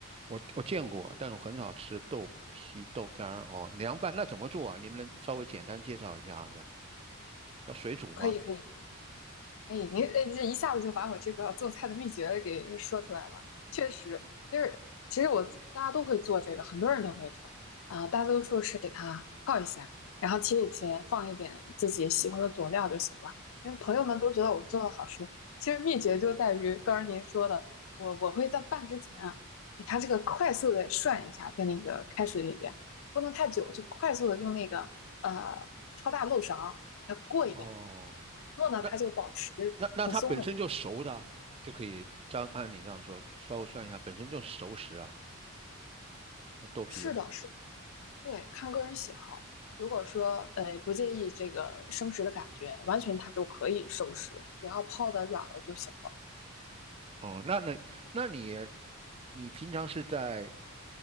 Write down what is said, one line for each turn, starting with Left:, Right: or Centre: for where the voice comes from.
Right: 我我见过，但我很少吃豆皮、豆干儿哦。凉拌那怎么做啊？你们能稍微简单介绍一下子？要水煮吗？
Left: 可以，可以。哎，您哎，这一下子就把我这个做菜的秘诀给说出来了。确实，就是其实我大家都会做这个，很多人都会做啊、大多数是给它泡一下，然后切一切，放一点自己喜欢的佐料就行了。因为朋友们都觉得我做的好吃，其实秘诀就在于刚刚您说的，我我会在拌之前啊，给它这个快速的涮一下，在那个开水里边，不能太久，就快速的用那个呃超大漏勺儿给它过一遍。
Right: 哦，
Left: 然后呢，
Right: 那
Left: 它就保持
Right: 那那它本身就熟的啊就可以这样按你这样说，
Left: 很松软。
Right: 稍微算一下，本身就是熟食啊，那豆皮。
Left: 是的，是，对，看个人喜好。如果说呃不介意这个生食的感觉，完全它就可以生食，只要泡的软了就行了。
Right: 哦，那那那你你平常是在